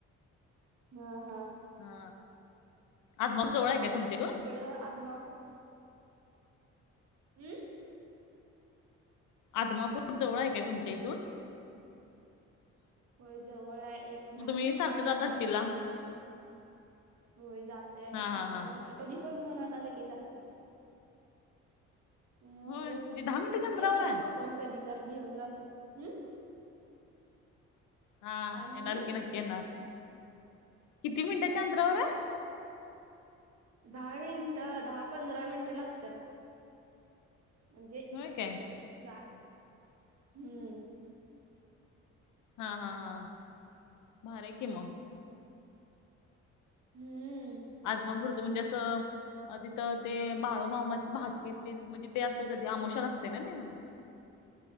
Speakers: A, on the right (about 55°); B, on the left (about 80°).
A: हा, हा.
B: हा, आदमापु जवळ आहे का तुमच्या तून?
A: <unintelligible> ड अदमापु हम्.
B: आदमापूर जवळ आहे काय तुमच्या इथून?
A: होय जवळ आहे, एक दहा
B: मग तुम्ही
A: मिनटावर
B: सारखं जात
A: हाय.
B: असचीला
A: होय, जातय आम्ही
B: हा
A: सारखं
B: हा हा
A: जाते कधी पण मनात आलं की जाते. मग
B: होय किती दहा मिनिटाच्या अंतरावर
A: ये क
B: आहे
A: तू, पण कधी तर घेऊन जात हम्.
B: हा
A: काय म्हणलीस
B: येणार कि नक्की येणार. किती मिनिटाच्या अंतरावर आहे?
A: दहा मिनिटं, दहा-पंधरा मिनिटं लागतात. म्हणजे,
B: होय
A: असं
B: काय
A: जा <inaudible> हम्म.
B: हा हा, हा, भारी आहे कि मग.
A: हम्म.
B: आदमापुरच म्हणजे असं अ तिथं ते बाळू मामाची भाकीत तेन म्हणजे ते असं कधी आमोषा असते ना ते म्हणजे.